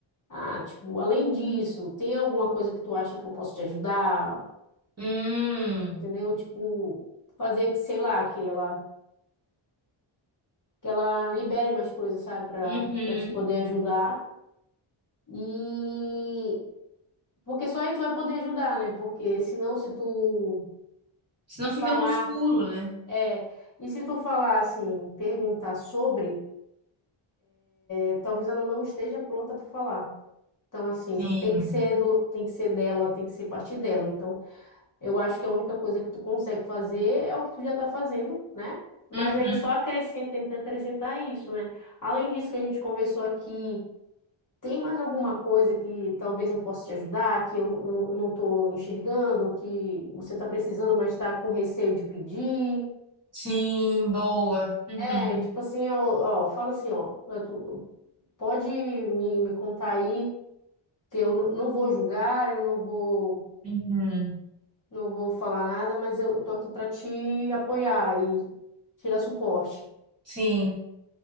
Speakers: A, on the left; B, on the right.
A: "Ah, tipo, além disso, tem alguma coisa que tu acha que eu posso te ajudar?"
B: Hum.
A: Entendeu? Tipo, fazer que, sei lá, que ela que ela libere mais coisas, sabe, para
B: Uhum.
A: para te poder ajudar. E porque só aí tu vai poder ajudar, né? Porque senão se tu
B: Senão fica
A: falar
B: no escuro, né?
A: É, e se tu falar assim, perguntar sobre, é, talvez ela não esteja pronta para falar. Então, assim,
B: Sim.
A: tem que ser do, tem que ser dela, tem que ser partir dela. Então, eu acho que a única coisa que tu consegue fazer é o que tu já tá fazendo, né? Mas
B: Uhum.
A: aí só acrescenta, tenta acrescentar isso, né? Além disso que a gente conversou aqui, tem mais alguma coisa que talvez eu possa te ajudar, que eu, eu, eu não tô enxergando, que você tá precisando, mas tá com receio de pedir?
B: Sim, boa. Uhum.
A: É, tipo assim, eu, ó, fala assim, ó, eh, tu pode me, me contar aí que eu n- não vou julgar, eu não vou,
B: Uhum.
A: não vou falar nada, mas eu, eu tô aqui pra te apoiar e te dar suporte.
B: Sim.